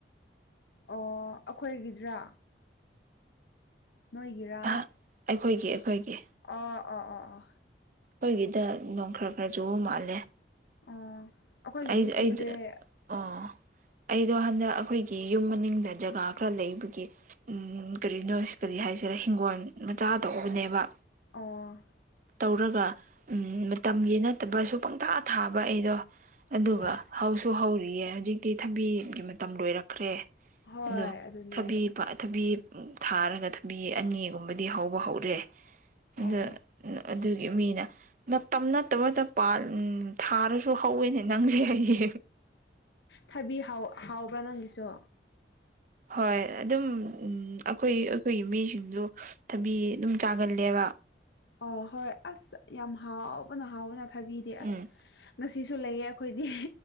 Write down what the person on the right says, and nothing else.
ꯑꯥ ꯑꯩꯈꯣꯏꯒꯤ ꯑꯩꯈꯣꯏꯒꯤ
ꯑꯩꯈꯣꯏꯒꯤꯗ ꯅꯣꯡ ꯈꯔ ꯈꯔꯁꯨ ꯃꯥꯜꯂꯦ
ꯑꯩ ꯑꯩ
ꯑꯣ ꯑꯩꯗꯣ ꯍꯟꯗꯛ ꯑꯩꯈꯣꯏꯒꯤ ꯌꯨꯝ ꯃꯅꯤꯡꯗ ꯖꯒꯥ ꯈꯔ ꯂꯩꯕꯒꯤ ꯎꯝ ꯀꯔꯤꯅꯣ ꯀꯔꯤ ꯍꯥꯏꯁꯤꯔꯦ ꯍꯤꯡꯒꯣꯜ ꯃꯆꯥ ꯇꯧꯕꯅꯦꯕ
ꯇꯧꯔꯒ ꯎꯝ ꯃꯇꯝꯒꯤ ꯅꯠꯇꯕꯁꯨ ꯄꯪꯊꯥ ꯊꯥꯕ ꯑꯩꯗꯣ ꯑꯗꯨꯒ
ꯍꯧꯁꯨ ꯍꯧꯔꯤꯌꯦ ꯍꯧꯖꯤꯛꯇꯤ ꯊꯕꯤꯒꯤ ꯃꯇꯝ ꯂꯣꯏꯔꯛꯈ꯭ꯔꯦ
ꯑꯗꯣ
ꯊꯕꯤ ꯊꯕꯤ ꯊꯥꯔꯒ ꯊꯕꯤ ꯑꯅꯤꯒꯨꯝꯕꯗꯤ ꯍꯧꯕ ꯍꯧꯔꯦ
ꯑꯗ ꯑꯗꯨꯒꯤ ꯃꯤꯅ ꯃꯇꯝ ꯅꯠꯇꯕꯗ ꯄ ꯊꯥꯔꯁꯨ ꯍꯧꯋꯦꯅꯦ ꯅꯪꯁꯦ ꯑꯩꯒꯤ
ꯍꯣꯏ ꯑꯗꯨꯝꯝ ꯑꯩꯈꯣꯏ ꯑꯩꯈꯣꯏꯒꯤ ꯃꯤꯁꯤꯡꯁꯨ ꯊꯕꯤ ꯑꯗꯨꯝ ꯆꯥꯡꯒꯜꯂꯦꯕ
ꯎꯝ